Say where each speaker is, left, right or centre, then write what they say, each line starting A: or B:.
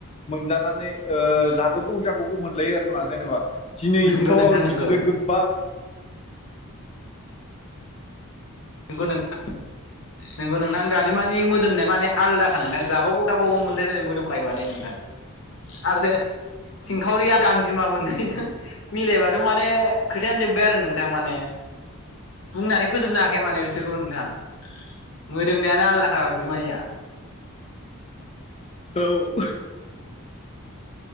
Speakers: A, on the left; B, on the left.
A: मोनजानानै ओ जाबौगौ जाबौगौ मोनलायो आरो गोथावना जेनेबा दिनैथ'
B: नंगौ नोंथां
A: बिदिनो
B: नंगौ नोंगौ
A: गोबा <unintelligible>
B: नोंगौ नोंथां। नोंगौ नोंथां गांजेमानि मोदोमनाया माने आलदाखा नोंथां जाबागौ जाबागौ मोनलायलायनाय मोदोमखायो माने नोंथां आरो सिंखावरिया गांजेमा मोननैजों मिलायबाथ' माने खोथायानो जोब्बाय आरो नोंथां माने बुंनानै फोजोबनो हा खाया माने बिसोरखौ नोंथां मोदोमनायानो आलदाखा गांजेमानिया।
A: औ